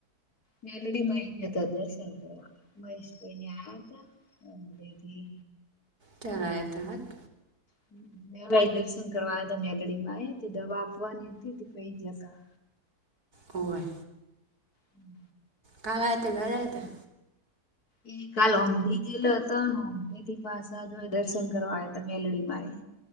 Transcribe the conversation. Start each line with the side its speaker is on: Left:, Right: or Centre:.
Left: મેલડીમાંય ગયા હતા દર્શન કરવા મહેશભાઈ ને આવયા હતા.
Right: કયા આયાથા હાત
Left: હમ મે દર્શન કરવા હતા મેલડી માં એ દવા આપવાની હતી તે પઈ જતા
Right: હોવે.
Left: હમ.
Right: કા ગા તે <unintelligible> ધરે હતા
Left: એ કાલ ઓમઢી જેલો હતો ન ઓમઢી થી પાછા જો દર્શન કરવા આયો તો મેલડીમાં એ.